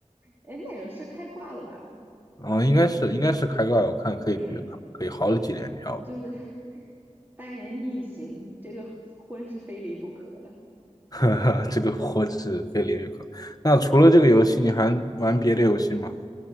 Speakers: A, on the right; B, on the left.
A: 哎，那容是开挂了吧？
B: 嗯，应该是应该是开挂，我看可以
A: 嗯，
B: 可以好几连跳吧。
A: 就是 <laughs> 单人硬行，这个婚是非离不可了。
B: <laughs> 这个我是非李玉可。那除了这个游戏，你还玩别的游戏吗？